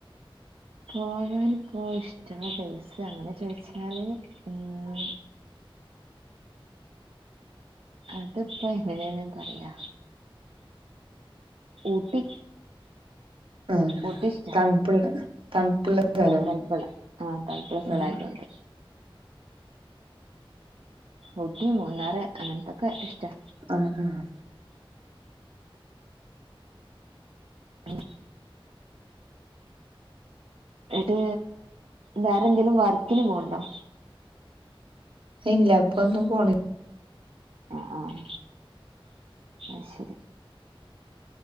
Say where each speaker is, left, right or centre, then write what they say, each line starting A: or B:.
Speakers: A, on the right; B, on the right.
A: പോകാനിപ്പോ ഇഷ്ട്ടെള്ള പ്ലെയ്സ് അങ്ങനെ ചോയിച്ചാല് ഉം അതിപ്പോ എങ്ങനേണ് പറയാ ഊട്ടി
B: ആഹ്
A: ഊട്ടി ഇഷ്ടാ
B: തണുപ്പ്ള്ളെ തണുപ്പ്ള്ള സ്ഥലോ?
A: ആഹ് തണുപ്പുള്ള ആഹ് തണുപ്പുള്ള സ്ഥലമായതുകൊണ്ട്
B: ആഹ്
A: ഊട്ടി, മൂന്നാറ് അങ്ങനത്തൊക്കെ ഇഷ്ട്ട
B: ആഹ് ആഹ്
A: അങ്ങനെ ഇത് വേറെന്തേലും വർക്കിന് പോവ്ണ്ടോ?
B: ഇല്ല ഇപ്പൊന്നും പോണ
A: ആഹ് ആഹ് അഹ്ശരി